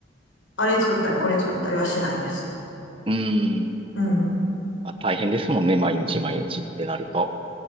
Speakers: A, on the left; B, on the right.
A: あれ作ったりこれ作ったりはしないです。
B: うーん。
A: うん。
B: まあ、大変ですもんね。毎日毎日ってなると。